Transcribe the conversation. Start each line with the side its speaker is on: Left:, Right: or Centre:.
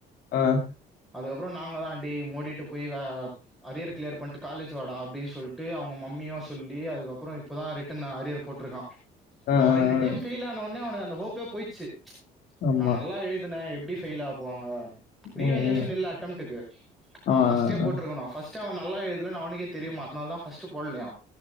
Left: ஆ
Centre: அதுக்கப்புற நாங்களாண்டி மூடிட்டு போய் வா அரியர் கிளியர் பண்ட்டு காலேஜ் வாடா அப்டின்னு சொல்ட்டு அவுங்க மம்மியு சொல்லி அதுக்கப் புறோ இப்பதா ரிட்டர்ன் அரியர் போட்ருக்கா
Left: ஆ ஆ
Centre: அவன் ரெண்டு
Left: ஆ
Centre: டைம் ஃபெயில் ஆனோனே அவனுக்கு அந்த ஹோப் ப்பே போயிச்சு
Left: ஆமா
Centre: நா நல்லா எழுதினே எப்டி ஃபெயில் ஆக்குவாங்க ரீவேலியேஷன்
Left: ம் ம்
Centre: இல்ல அட்டம்டுக்கு அவ
Left: ஆ
Centre: ஃபஸ்ட்டே போட்ருக்கனு
Left: ஆ
Centre: ஃபஸ் டு அவ நல்லா எழுதலனு அவனுக்கே தெரியுமா அதனாலதா ஃபர்ஸ்ட்டு போட்லயா